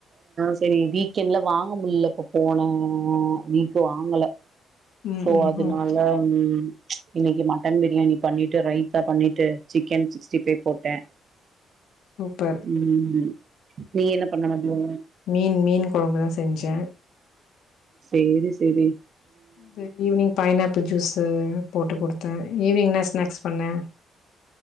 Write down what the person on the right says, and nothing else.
செரி வீக்கெண்ட்ல வாங்க முல்ல இப்ப போன வீக்கு வாங்கல
சோ
அதனால
ம் இன்னைக்கி மட்டன் பிரியாணி பண்ணீட்டு ரைத்தா பண்ணீட்டு சிக்கன் சிக்ஸ்ட்டி ஃபை போட்டே
ம் நீ என்ன பண்ண மதியோ
சேரி செரி